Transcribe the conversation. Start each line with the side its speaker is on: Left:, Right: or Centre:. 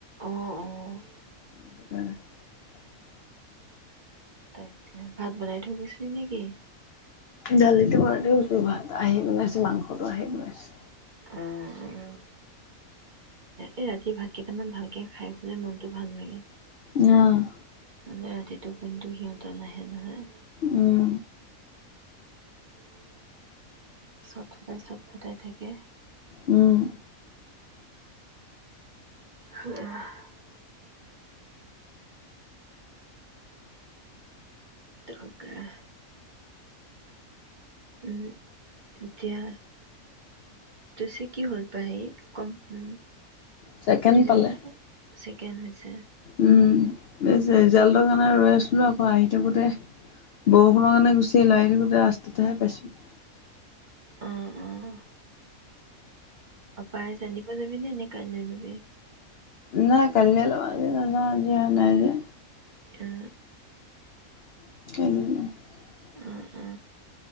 Right: অ অ'।
Left: <inaudible>
Right: তাকে ভাত বনাই থৈ গৈছিলি নেকি?
Left: দালিটো বনাই থৈ গৈছিলোঁ। ভাত আহি বনাইছোঁ, মাংসটো আহি বনাইছোঁ।
Right: উম উম, এই ৰাতি ভাত কেইটামান ভালকে খাই শুলে মনটো ভাল লাগে।
Left: অ'।
Right: নহলে ৰাতিটো টোপনিটো সিহঁতৰ নাহে নহয়।
Left: উম।
Right: <inaudible> চত ফটাই, চত ফটাই থাকে এ।
Left: উম।
Right: <unintelligible> তাকেই উম, এতিয়া সেই <unintelligible> কি হল পাহে কম উম।
Left: ছেকেণ্ড
Right: প্ৰতিযোগিতা
Left: পালে
Right: আছি কেনে হৈছে?
Left: উম <unintelligible> ৰিজাল্টৰ কাৰণে ৰৈ আছিলোঁ আকৌ আহি থাকোঁতে বৰষুণৰ কাৰণে গুচি আহিলোঁ, আহি থাকোঁতে ৰাস্তাতেহে পাইছো।
Right: অ', অ'। আপায় জানিব যাবি নে, নে কাইলৈ যাবি?
Left: নাই কালিলৈ <unintelligible> আজি নাযাওঁ আজি এওঁ নাই যে।
Right: অ
Left: <unintelligible>
Right: অ অ অ